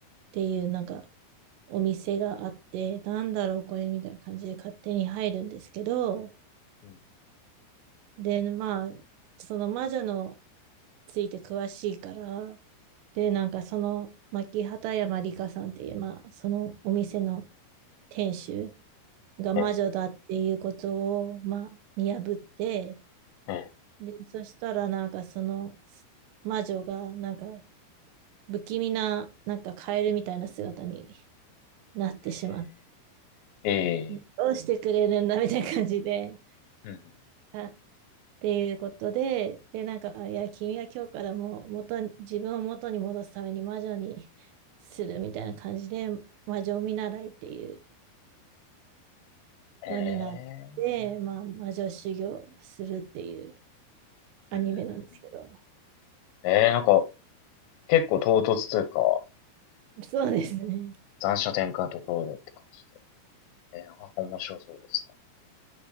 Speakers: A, on the right (about 80°); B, on the left (about 80°).
A: ていうなんかお店があって、なんだろうこれみたいな感じで勝手に入るんですけど、
B: ん。
A: で、まあ、その魔女のついて詳しいから、で、なんかその、牧畑山里香さんっていう、まあ、そのお店の店主が魔女だっていうことを、
B: ええ、
A: まあ、見破って、
B: え
A: で、そしたらなんかその魔女が、なんか不気味な、なんかカエルみたいな姿になってしまって、
B: え、ええ、
A: どうしてくれるんだみたいな感じで、
B: えうん、うん。
A: あ、っていうことで、で、なんか、あいや、君は今日からもう元に、自分を元に戻すために魔女にするみたいな感じで、魔女見習いっていう
B: え、
A: のになって、
B: え
A: まあ、魔女修行するっていうアニメなんですけど。
B: え、うん、うん。うんうんうんええなんか結構唐突というか、
A: そうですね。
B: 残暑転換のところだって感じで。えー、なんか面白そうですね。